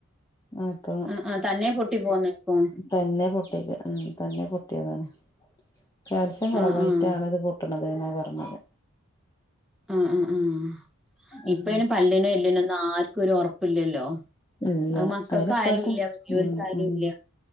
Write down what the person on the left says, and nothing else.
അപ്പം
തന്നെ പൊ ട്ടീക്ക. ഉം തന്നെ പൊട്ടിയതാണ്. കാൽസ്യം കുറവായിട്ടാണ്
ഇത് പൊട്ട്ണ ത് ന്നാ പറഞ്ഞത്
ഉം
ഇല്ല
അയിന് ഇപ്പഴത്തെ
ഉം ഉം